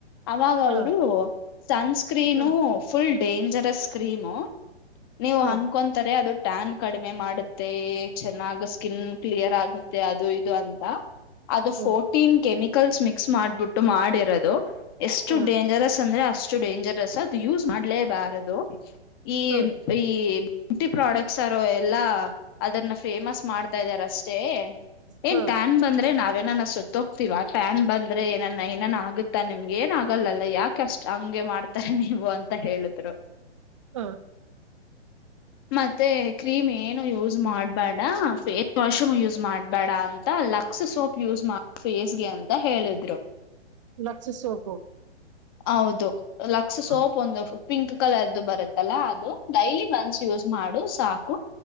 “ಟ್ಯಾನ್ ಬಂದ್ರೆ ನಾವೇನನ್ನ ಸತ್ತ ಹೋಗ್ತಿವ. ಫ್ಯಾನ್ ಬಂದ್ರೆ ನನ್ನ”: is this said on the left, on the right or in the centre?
Left